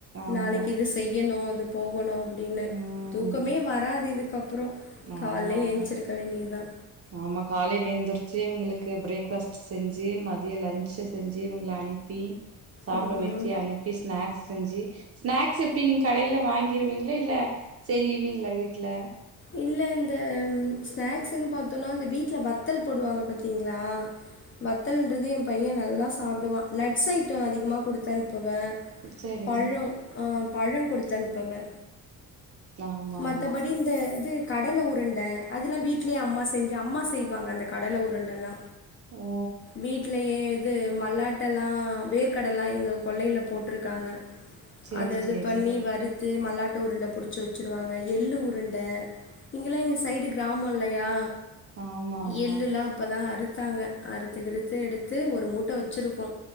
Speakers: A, on the right; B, on the left.
A: ஆமா.
B: நாளைக்கி இது செய்யணு அது போகணு அப்டின்னு
A: ம்.
B: தூக்கமே வராது இதுக்கப்றோ
A: ஆமாமா
B: கால்லே ஏஞ்சிருக்க வேண்டியதா
A: ஆமா காலேல எந்திரிச்சி இவுங்களுக்கு பிரேக் ஃபாஸ்ட் செஞ்சி மதிய லன்ச் செஞ் செஞ்சு இவங்கள அனுப்பி சாப்பிட
B: ம்
A: வச்சு அனுப்பி ஸ்நாக்ஸ் செஞ்சு ஸ்நாக்ஸ் எப்டி நீங்க கடைல வாங்கிருவீங்களா இல்ல செய்வீங்களா வீட்ல
B: இல்ல இந்த ஸ்நாக்ஸ்ன் பாத்தோனா இந்த வீட்ல வத்தல் போடுவாங்க பத்தீங்களா வத்தல்ன்றது என் பையன் நல்லா சாப்டுவான் நட்ஸ் ஐட்டம் அதிகமா குடுத்தான்னுப்புவ
A: சரி
B: பழம் ஆ பழம் குடுத்தனுப்பவ
A: ஆமா
B: மத்தபடி
A: ஆமா
B: இந்த அந்த இது கடல உருண்ட அதல்லாம் வீட்லயே அம்மா செஞ்சு அம்மா செய்வாங்க அந்த கடல உருண்டல்லா
A: ஓ
B: வீட்லயே அது மல்லாட்டல்லாம் வேர்க்கடல்லா எங்க கொல்லைல போட்டிருக்காங்க
A: சேரி
B: அத இது
A: சேரி
B: பண்ணி வறுத்து மல்லாட்ட உருண்ட புடிச்சு வச்சுருவாங்க எள்ளு உருண்ட இங்கல்லாம் எங்க சைடு கிராமம் இல்லயா
A: ஆமா ஆமா
B: எள்ளுல்லா இப்போதா அறுத்தாங்க அறுத்து கிறுத்து எடுத்து ஒரு மூட்ட வச்சிருக்கோ